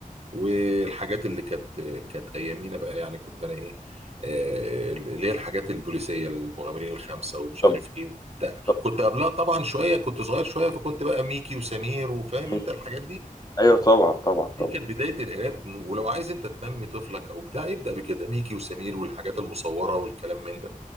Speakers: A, on the right; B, on the left.
A: والحاجات اللي كانت كانت ايامينا بقى يعني كنت انا ايه آه، اللي هي الحاجات البوليسيه المغامرين الخمسه ومش
B: طب
A: عارف ايه كنت
B: طب
A: كنت قبلها طبعا شويه كنت صغير شويه فكنت بقى ميكي وسمير وفاهم
B: مم.
A: انت الحاجات دي
B: ايوه طبعا طبعا طبعا
A: دي كانت بداية القراءات م- ولو عايز انت تنمي طفلك او بتاع يبدأ بكده ميكي وسمير والحاجات المصورة والكلام من ده